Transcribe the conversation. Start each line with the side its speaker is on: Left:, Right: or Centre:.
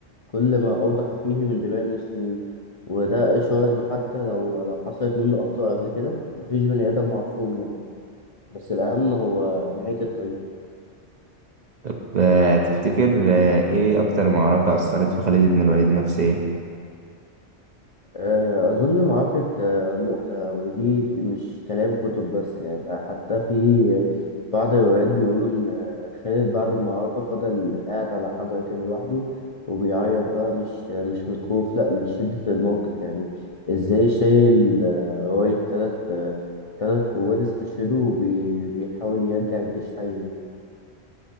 Left: كل ما أوضح فيه من دماء المسلمين وده إشارة إنه حتى لو لو حصلت منه أخطاء قبل كده مفيش بني آدم معصوم يعني. بس الأهم هو نهاية الطريق
Right: طب آه، تفتكر آه، ايه اكتر معركة اثرت في خالد بن الوليد نفسيا
Left: آه، أظن معركة آه، مؤتة ودي مش كلام كتب بس يعني ده حتى في بعض الروايات بيقولوا إن آه، خالد بعد المعركة فضل قاعد على حجر كده لوحده وبيعيط بقى مش آه، مش من الخوف لأ من شدة الموقف يعني إزاي شايل آه، راية تلات آه، تلات قوات استشهدوا وبيحاول يرجع الجيش حي يعني.